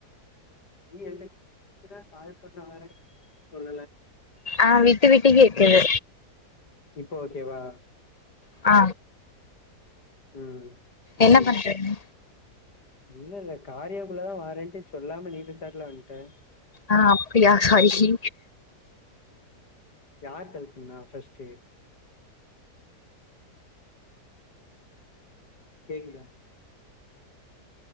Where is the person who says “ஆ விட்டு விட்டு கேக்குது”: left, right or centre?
Left